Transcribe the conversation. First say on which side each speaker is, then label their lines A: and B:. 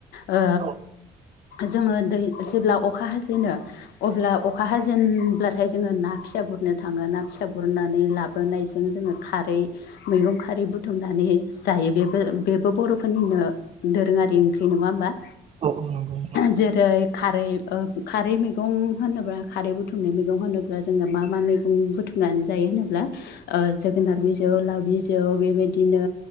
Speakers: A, on the left; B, on the right.
A: ओ
B: औ
A: जोङो दै जेब्ला अखा हाजेनो अब्ला अखा हाजेन ब्लाथाय जोङो ना फिसा गुरनो थाङो ना फिसा गुरनानै लाबोनायजों जोङो खारै मैगं खारै बुथुमनानै जायो बेबो बेबो बर'फोरनिनो दोरोङारि ओंख्रि नङा होमबा?
B: औ औ नंगौ।
A: जेरै खारै ओ खारै मैगं होनोब्ला खारै बुथुम मनाय मैगं होनोब्ला जोङो मा मा मैगं बुथुमनानै जायो होनोब्ला ओ जोगोनार बिजौ लाव बिजौ बेबायदिनो